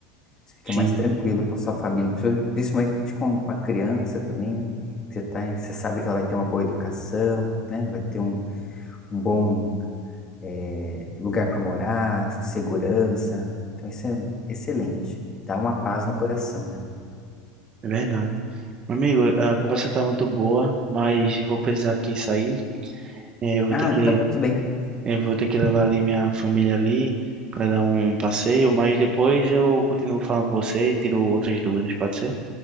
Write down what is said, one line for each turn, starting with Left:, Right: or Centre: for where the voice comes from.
Left: Você fica
Right: sim,
Left: mais tranquilo com a sua família, princi- principalmente com, com a criança também, né? Você tá, em- você sabe que ela vai ter uma boa educação, né? Vai ter um, um bom é, lugar para morar, segurança. Então isso é excelente. Dá uma paz no coração, né?
Right: é verdade. Meu amigo, a conversa tá muito boa, mas eu vou precisar aqui sair. É, Eu vou
Left: Ah,
Right: ter que,
Left: tá tudo bem.
Right: eu vou ter que levar ali minha família ali para dar um passeio, mas depois eu continuo falando com você e tiro outras dúvidas, pode ser?